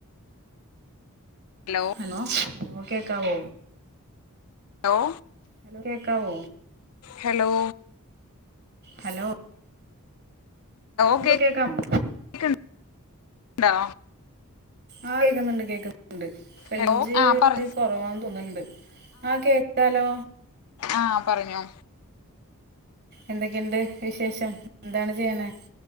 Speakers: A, on the left; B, on the right.
A: ഹലോ
B: ഹലോ ഹലോ കേക്കാവോ
A: ഹലോ
B: ഹലോ കേക്കാവോ
A: ഹലോ
B: ഹലോ
A: ലോ
B: ഇപ്പൊ
A: കേക്ക്
B: കേക്കാമോ
A: കേക്കണ് ണ്ടോ
B: ആ കേക്കുന്നുണ്ട് കേക്ക് ണ്ട് റെയ്ഞ്ച്
A: ഹലോ ആ പറ
B: കൊറവാന്ന് തോന്നുണ്ട് ആഹ് കേക്കാലോ
A: ആഹ് പറഞ്ഞോ
B: എന്തൊക്കെണ്ട് വിശേഷം എന്താണ് ചെയ്യണ്